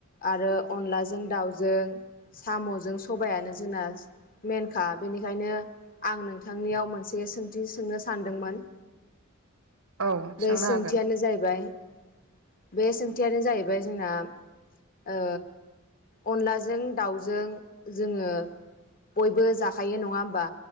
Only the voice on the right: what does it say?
औ
सोंनो
हागोन